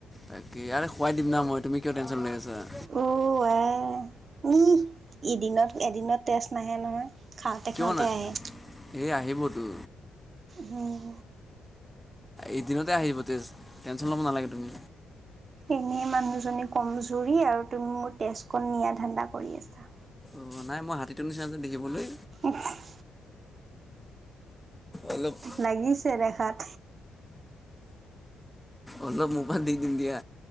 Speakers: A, in the centre; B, on the right (about 50°).
A: তাকে আৰে খুৱাই দিম না মই তুমি কিয় টেনশ্যন লৈ আছা।
B: অ', আই ইহহ এদিনত এদিনত তেজ নাহে নহয়। খাওঁতে
A: কিয়
B: খাওঁতে
A: নাই
B: আহে।
A: হে আহিবতো।
B: হম।
A: এদিনতে আহিব তেজ টেনশ্যন ল'ব নালাগে তুমি।
B: এনেই মানুহজনী কমজুৰি আৰু তুমি মোৰ তেজকণ নিয়া ধান্দা কৰি আছা।
A: অ', নাই মই হাতীটো নিচিনা যে দেখিবলৈ।
B: <inaudible>
A: অলপ
B: লাগিছে দেখাত।
A: অলপ মোৰ পৰা দি দিম দিয়া।